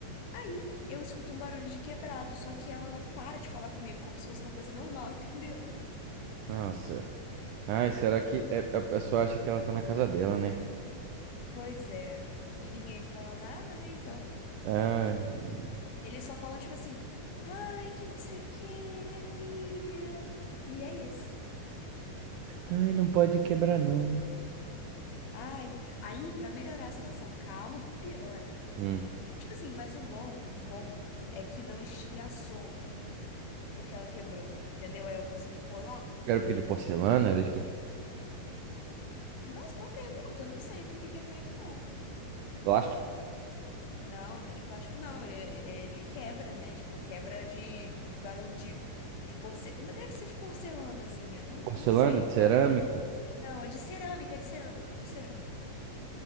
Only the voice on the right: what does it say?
Nossa, Ai, será que é- a pessoa acha que ela tá na casa dela, né?
Ai, hum.
ai, não pode quebrar, não.
Hum.
Era o que de porcelana? Era de quê?
Plástico?
Porcelana?
De cerâmica?